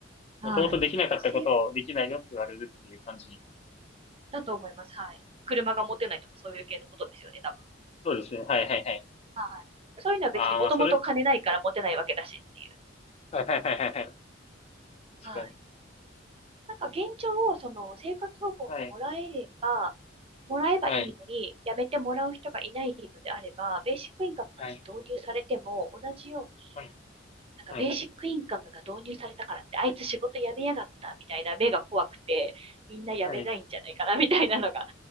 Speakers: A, on the right (about 30°); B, on the left (about 35°).
A: はい。
B: もともとできなかったことをできないよって言われるっていう感じ。
A: せ、だと思います。はい。車が持てないとかそういう系のことですよね、多分。
B: そうですね、はいはいはい。
A: はい。そういうのは別にもともと金ないから持てないわけだしっていう。
B: ああ、まあそれ、はいはいはいはいはい。確かに。
A: はい。はい。なんか現状を、その、生活保護をもらえれば、
B: はい、
A: もらえばいいのに、
B: はい、
A: やめてもらう人がいないのであれば、ベーシックインカムが導入されても、
B: はい、
A: 同じよう
B: はい、
A: なんかベーシックインカムが導入されたからって、
B: はい、
A: あいつ仕事辞めやがったみたいな目が怖くて、みんな辞めないんじゃないかなみたいなのが、
B: はい。